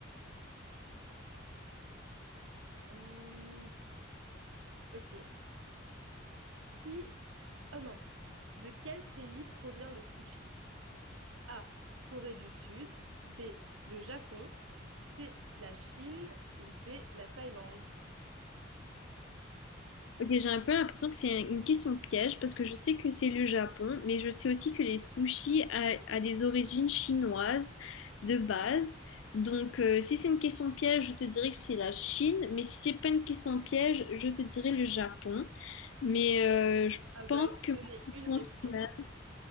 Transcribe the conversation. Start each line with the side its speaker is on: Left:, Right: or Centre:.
Right: euh, ok. Qui... Oh non. De quel pays provient le sushi? A. Corée du Sud. B. Le Japon. C. La Chine. Ou D. La Thaïlande.
Left: Ok, j'ai un peu l'impression que c'est un- une question piège parce que je sais que c'est le Japon, mais je sais aussi que les sushis a, a des origines chinoises de base. Donc, euh, si c'est une question piège, je te dirais que c'est la Chine, mais si c'est pas une question piège, je te dirais le Japon. Mais euh, je
Right: Ah bah,
Left: pense
Right: il
Left: que
Right: faut donner
Left: ma réponse
Right: une réponse,
Left: finale-
Right: hein.